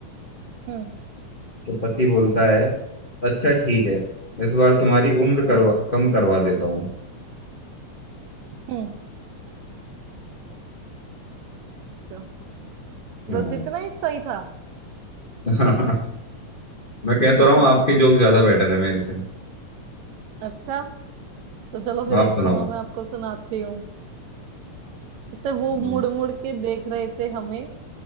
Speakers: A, on the right; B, on the left.
A: हम्म
B: तो पति बोलता है अच्छा ठीक है इस बार तुम्हारी उम्र
A: हम्म
B: करवा कम करवा देता हूँ
A: हम्म तो
B: हाँ
A: बस इतना ही सही था
B: <laughs> मैं कह
A: <laughs>
B: तो रहा हूँ आपके जोक ज्यादा बेटर है मेरे से
A: अच्छा तो चलो फिर
B: आप
A: एक
B: सुनाओ
A: सुनो मैं आपको सुनाती हूँ तो वो
B: हम्म,
A: मुड़ मुड़ के देख रहे थे हमें